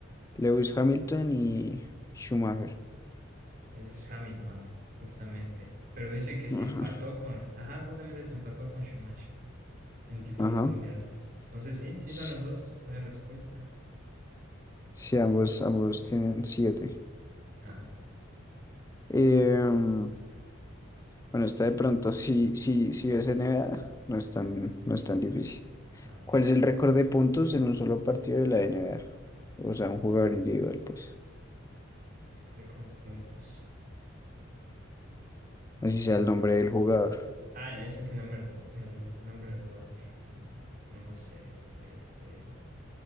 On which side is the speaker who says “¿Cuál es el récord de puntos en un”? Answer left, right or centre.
Left